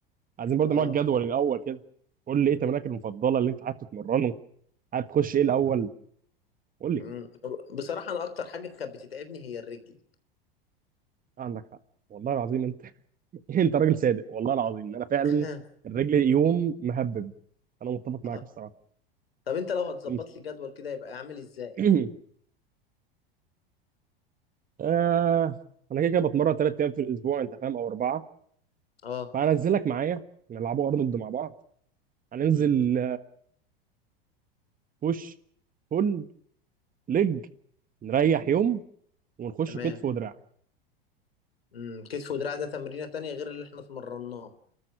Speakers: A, on the right; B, on the left.
A: عايزين برضه
B: اه
A: نوع الجدول الاول كده قول لي ايه تمرينك المفضله اللي انت حابب تتمرنه حابب تخش ايه الاول قول لي
B: امم بصراحه انا اكتر حاجه كانت بتتعبني هي الرجل
A: عندك حق والله العظيم انت <laughs> انت راجل صادق والله العظيم انا فعلا
B: <laughs>
A: الرجل يوم مهبب انا متفق معاك
B: اه
A: الصراحه
B: طب انت لو هتظبط
A: يوم س-
B: لي جدول كده يبقى عامل ازاي
A: <clears throat> آه انا كده كده بتمرن ثلاث ايام في الاسبوع انت فاهم او اربعه
B: اه
A: فهنزلك معايا نلعبوا ارنولد مع بعض هننزل
B: امم
A: بوش بول ليج نريح يوم ونخش
B: تمام
A: كتف ودراع
B: امم كتف ودراع ده تمرينة تانية غير اللي احنا اتمرناه